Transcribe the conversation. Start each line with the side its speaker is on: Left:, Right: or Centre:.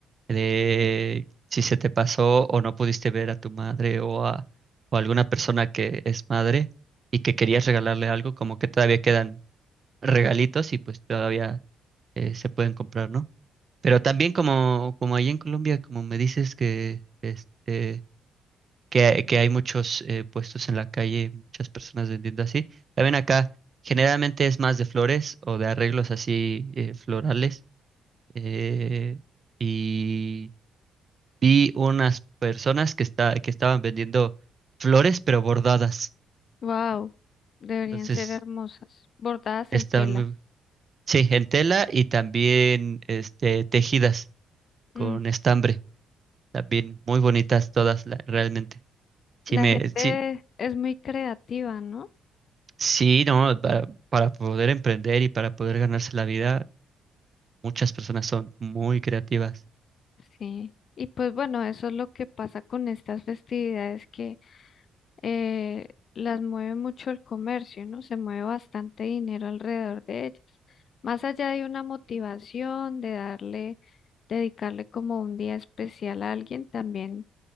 Right: de si se te pasó o no pudiste ver a tu madre o a o alguna persona que es madre y que querías regalarle algo, como que todavía quedan regalitos y pues todavía eh, se pueden comprar, ¿no? Pero también como, como allí en Colombia, como me dices que, este, que, que hay muchos eh, puestos en la calle, muchas personas vendiendo así, también acá generalmente es más de flores o de arreglos así eh, florales. eh, y vi unas personas que, está, que estaban vendiendo flores, pero bordadas.
Left: Wow, deberían
Right: Entonces,
Left: ser hermosas, bordadas
Right: están
Left: en tela.
Right: muy... Sí, en tela y también este, tejidas con
Left: Mm,
Right: estambre. También muy bonitas todas, la- realmente.
Left: La
Right: Sí, me,
Left: gente
Right: sí,
Left: es muy creativa, ¿no?
Right: sí, no, para, para poder emprender y para poder ganarse la vida, muchas personas son muy creativas.
Left: Sí. Y pues bueno, eso es lo que pasa con estas festividades que eh, las mueve mucho el comercio, ¿no? Se mueve bastante dinero alrededor de ellas. Más allá de una motivación, de darle, dedicarle como un día especial a alguien, también